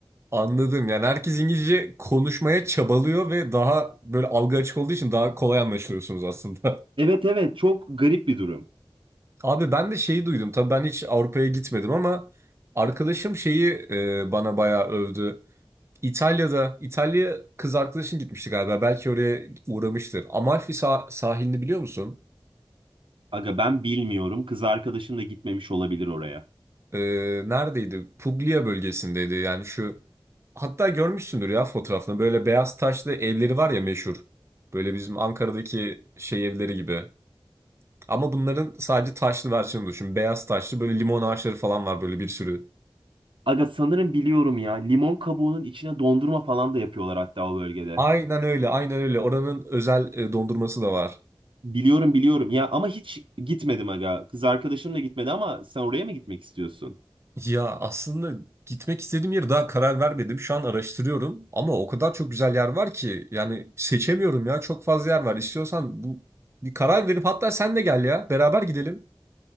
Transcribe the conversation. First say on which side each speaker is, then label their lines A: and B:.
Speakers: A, on the right; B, on the right.
A: Anladım. Yani herkes İngilizce konuşmaya çabalıyor ve daha böyle algı açık olduğu için daha kolay anlaşılıyorsunuz aslında. <laughs>
B: Evet evet çok garip bir durum.
A: Abi ben de şeyi duydum. Tabii ben hiç Avrupa'ya gitmedim ama arkadaşım şeyi e, bana bayağı övdü. İtalya'da, İtalya kız arkadaşın gitmişti galiba. Belki oraya uğramıştır. Amalfi sah- sahilini biliyor musun?
B: Aga ben bilmiyorum. Kız arkadaşım da gitmemiş olabilir oraya.
A: e, neredeydi? Puglia bölgesindeydi. Yani şu hatta görmüşsündür ya fotoğrafını. Böyle beyaz taşlı evleri var ya meşhur. Böyle bizim Ankara'daki şey evleri gibi. Ama bunların sadece taşlı versiyonu düşün. Beyaz taşlı böyle limon ağaçları falan var böyle bir sürü.
B: Aga sanırım biliyorum ya. Limon kabuğunun içine dondurma falan da yapıyorlar hatta o bölgede.
A: Aynen öyle, aynen öyle. Oranın özel e, dondurması da var.
B: Biliyorum biliyorum ya ama hiç gitmedim aga. Kız arkadaşım da gitmedi ama sen oraya mı gitmek istiyorsun?
A: Ya aslında gitmek istediğim yeri daha karar vermedim. Şu an araştırıyorum ama o kadar çok güzel yer var ki yani seçemiyorum ya. Çok fazla yer var. İstiyorsan bu bir karar verip hatta sen de gel ya. Beraber gidelim.